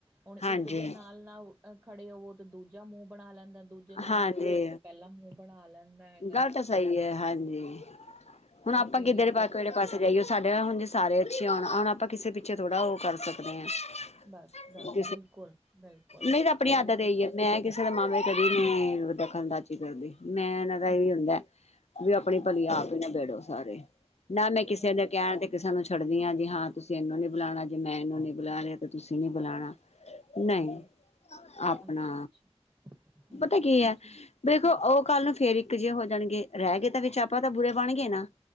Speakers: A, on the right; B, on the left.
A: ਹੁਣ
B: ਹਾਂਜੀ
A: ਇੱਕ ਦੇ ਨਾਲ ਨਾ ਖੜੇ ਹੋਵੋ ਤੇ ਦੂਜਾ ਮੂੰਹ ਬਣਾ ਲੈਂਦਾ ਦੂਜਾ ਜੇ ਨਾਲ
B: ਹਾਂਜੀ
A: ਨਾ ਖੜੇ ਹੋ ਤਾਂ ਪਹਿਲਾਂ ਮੂੰਹ ਬਣਾ ਲੈਂਦਾ ਹੈਗਾ।
B: ਗੱਲ ਤਾਂ ਸਹੀ ਹੈ ਹਾਂਜੀ ਹੁਣ ਆਪਾਂ
A: ਇਸੇ
B: ਕਿੱਧਰ
A: ਲਈ ਫਿਰ
B: ਕਿਹੜੇ ਪਾਸੇ ਜਾਈਓ ਸਾਡੇ ਨਾਲ ਹੁਣ ਜੇ ਸਾਰੇ ਅੱਛੇ ਹੋਣ ਹੁਣ ਆਪਾਂ ਕਿਸੇ ਪਿੱਛੇ ਥੋੜ੍ਹਾ ਉਹ ਕਰ ਸਕਦੇ ਹਾਂ।
A: ਬਸ, ਬਸ ਬਿਲਕੁਲ, ਬਿਲਕੁਲ
B: ਨਹੀਂ ਤੇ ਆਪਣੇ
A: ਇਹੀ
B: ਹੱਥ ਦਾ ਦੇਈਏ
A: ਤੇ ਗੱਲ
B: ਮੈ ਕਿਸੇ ਦਾ ਮਾਮਕੇ ਕਦੇ ਨਹੀਂ ਦਖਲ ਅੰਦਾਜ਼ੀ ਕਰਦੀ ਮੈਂ ਨਾ ਤਾਂ
A: ਹੂੰ,
B: ਇਹੀ ਹੁੰਦਾ ਵੀ ਆਪਣੀ
A: ਹੂੰ।
B: ਭਲੀ ਆਪ ਹੀ ਨਾ ਬੇੜੋ ਸਾਰੇ ਨਾ
A: ਸਹੀ
B: ਮੈਂ ਕਿਸੇ
A: ਗੱਲ
B: ਦੇ
A: ਹੈ,
B: ਕਹਿਣ ਤੇ ਸਾਨੂੰ ਛੱਡਦੀ ਹ ਜੀ ਹਾਂ ਤੁਸੀਂ ਇਹਨੂੰ ਨੀ ਬੁਲਾਉਣਾ ਜੇ ਮੈਂ ਇਹਨੂੰ ਨੀ ਬੁਲਾ ਰਿਹਾ ਤੇ ਤੁਸੀਂ ਨੀ ਬੁਲਾਉਣਾ। ਨਹੀਂ
A: ਹੂੰ,
B: ਆਪਣਾ
A: ਅੱਛਾ, ਅੱਛਾ, ਹੂੰ,
B: ਪਤਾ ਕੀ ਹੈ
A: ਠੀਕ।
B: ਦੇਖੋ ਉਹ ਕੱਲ੍ਹ ਨੂੰ ਫੇਰ ਇੱਕ ਜਿਹੇ ਹੋ ਜਾਣਗੇ ਰਹਿ ਗਏ ਤਾਂ ਵਿੱਚ ਆਪਾਂ ਤਾਂ ਬੁਰੇ ਬਣ ਗਏ ਨਾ।